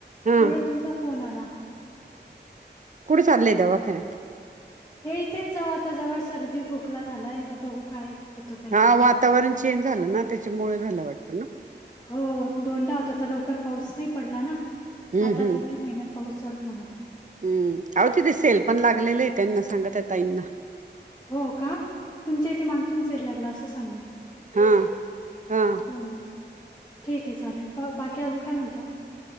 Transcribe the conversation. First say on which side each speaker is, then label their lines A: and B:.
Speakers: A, on the right; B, on the left.
A: हा
B: तेवढा तुमचा फोन आला.
A: कुड चाले दवाखान्यात.
B: हे इथेच जवळ आता जवळ सर्दी खोकला झालाय. तर बघू काय? होतं काही
A: हा
B: नाही आता
A: वातावरण चेंज झालं ना त्याच्यामुळेळे झालं वाटत ना.
B: हो दोंनदा होताता लवकर. पाऊस नाही पडला ना
A: हम्म
B: आता
A: हम्म
B: जुलै महिन्यात पाऊस चालू झाला.
A: हम्म आओ तिथे सेल पण लागलेले आहे त्यांना सांगा त्या ताई ना.
B: हो का तुमच्या इथे मानसून सेल लागला असं सांगू.
A: हा हा
B: बर ठीक आहे, चालेल बाकी अजून काय म्हणता.